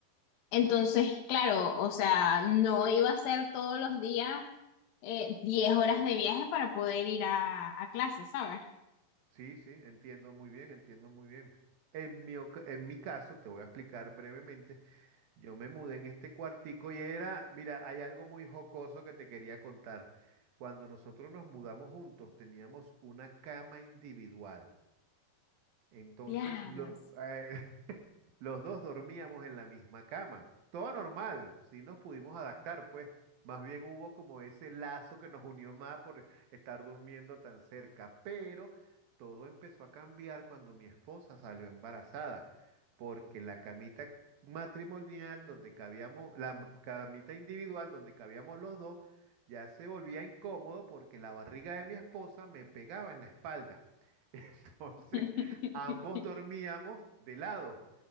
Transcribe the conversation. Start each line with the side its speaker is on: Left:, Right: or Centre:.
Left: Entonces, claro, o sea, no iba a ser todos los días eh, 10 horas de viaje para poder ir a, a clases, ¿sabes?
Right: Sí, sí, entiendo muy bien, entiendo muy bien. En mi, oca- en mi caso, te voy a explicar brevemente, yo me mudé en este cuartico y era, mira, hay algo muy jocoso que te quería contar. Cuando nosotros nos mudamos juntos, teníamos una cama individual. Entonces,
Left: Diablos.
Right: lo, <laughs> Los dos dormíamos en la misma cama. Todo normal, sí nos pudimos adaptar, pues. Más bien hubo como ese lazo que nos unió más por estar durmiendo tan cerca. Pero todo empezó a cambiar cuando mi esposa salió embarazada, porque la camita matrimonial donde cabíamos, la m- camita individual donde cabíamos los dos, ya se volvía incómodo porque la barriga de mi esposa me pegaba en la espalda. <laughs> Entonces,
Left: <laughs>
Right: ambos dormíamos de lado.